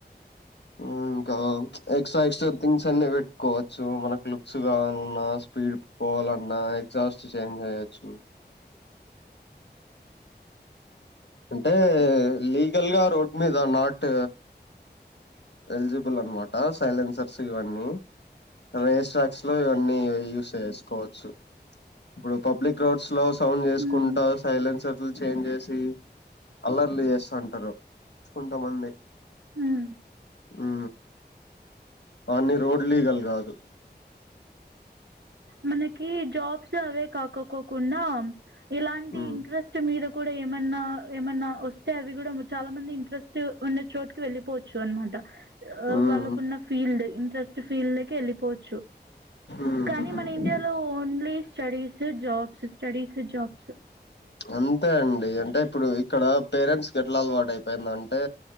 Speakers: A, on the left; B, on the right.
A: మ్ ఇంకా ఎక్స్ట్రా ఎక్స్ట్రా థింగ్స్ అని పె చ్చు మనకు లుక్స్ కావాలన్నా స్పీడ్ పోవాలన్న ఎగ్జాస్ట్ చేంజ్ చేయచ్చు అంటే లీగల్ గా రోడ్ మీద నాట్ ఎలిజిబుల్ అనమాట సైలెన్సర్స్ ఇవన్నీ రేస్ ట్రాక్స్ లో ఇవన్నీ యూస్ చేయొచ్చు కోవచ్చు ఇప్పుడు పబ్లిక్ రోడ్స్ లో సౌండ్ చేసుకుంటా
B: ఉమ్
A: సైలెన్సర్లు చేంజ్ చేసి అల్లర్లు చేస్తుంటారు కొంతమంది
B: హ్మ్
A: హూ అన్ని రోడ్ లీగల్ కాదు
B: మనకి జాబ్స్ అవే కాక కో కో ఉన్నాం ఇలాంటి
A: ఉమ్
B: ఇంట్రెస్ట్ మీరు కూడా ఏమన్నా ఏమన్నా వస్తే అవి కూడా చాలా మంది ఇంట్రెస్ట్ ఉన్న చోటు వెళ్ళిపోవచ్చు అనమాట
A: ఉమ్
B: వాళ్ళకున్న ఫీల్డ్ ఫస్ట్ ఫీల్డ్ వెళ్ళిపోవచ్చు
A: ఉమ్
B: కానీ మన ఇండియాలో only studies jobs studies jobs
A: అంతే అండి అంటే ఇప్పుడు ఇక్కడ పేరెంట్స్ గ ఎట్లా అలవాటు అయిపోయింద అంటే